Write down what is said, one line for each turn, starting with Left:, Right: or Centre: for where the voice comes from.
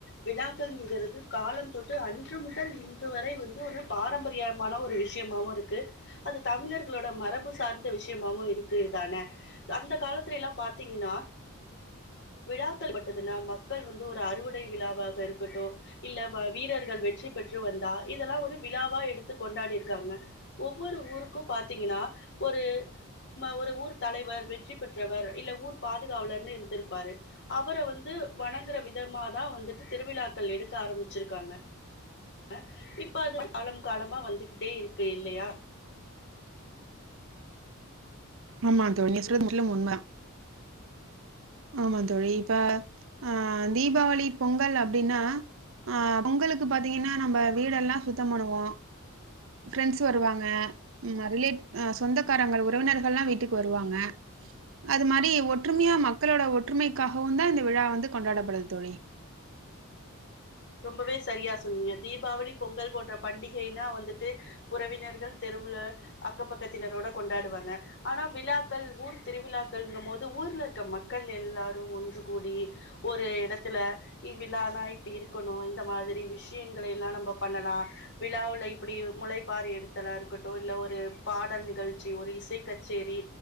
Left: விழாக்கள்ங்கிறது காலம் தொட்டு அன்று முதல் இன்று வரை வந்து ஒரு பாரம்பரியமான ஒரு வி ஷ்யமாவு இருக்கு அது தமிழர்குளோட மரபு சார்ந்த விஷ்யமாவு இரு க்குதான அந்த காலத்துலேலா பாத்தீங்கினா விழாக்கள் பட்டதுனா மக்கள் வந்து ஒரு அறுவடை விழாவாக இருக்கட்டு இல்ல வ வீரர்கள் வெற்றி பெற்று வந்தா இதெல்லா ஒரு விழாவா எடுத்து கொண்டாடிருக்காங்க ஒவ்வொரு ஊருக்கு பாத்தீங்குனா ஒரு ம ஒரு ஊர் தலைவர் வெற்றி பெற்றவர் இல்ல ஊர் பாதுகாவலர்னு இர்ந்திருப்பாரு அவர வந்து வணங்குற விதமாதா வந்துட்டு திருவிழாக்கள் எடுக்க ஆரமிச்சிருக்காங்க அ இப்ப அது காலம் காலமா வந்துகிட்டே இருக்கு இல்லையா
Right: ஆமா தோழி நீங்க சொல்றது முற்றிலும் உண்ம ஆமா தோழி இப்ப ஆ தீபாவளி பொங்கல் அப்டின்னா அ பொங்கலுக்கு பாத்தீங்கனா நம்ம வீடெல்லா சுத்தம் பண்ணுவோ ஃபிரெண்ஸ் வருவாங்க ம் ந ரிலேட் ஆ சொந்தக்காரங்கள் உறவினர்கள்லா வீட்டுக்கு வருவாங்க அது மாரி ஒற்றுமியா மக்களோட ஒற்றுமைக்காகவுந்தா இந்த விழா வந்து கொண்டாடப்படுது தோழி
Left: ரொம்பவே சரியா சொன்னீங்க தீபாவளி பொங்கல் போன்ற பண்டிகைனா வந்துட்டு உறவினர்கள் தெருவுல அக்கம் பக்கத்தினரோட கொண்டாடுவாங்க ஆனா விழாக்கள் ஊர் திருவிழாக்கள்ங்கமோது ஊர்ல இருக்க மக்கள் எல்லாரு ஒன்று கூடி ஒரு எடத்துல இவ் விழானா இப்டி இரு க்குணு இந்த மாதிரி விஷியங்களேலா நம்ப பண்ணலா விழாவுல இப்பிடி முளைப்பாரி எடுத்தலா இருக்கட்டு இல்ல ஒரு பாடல் நிகழ்ச்சி ஒரு இசை கச்சேரி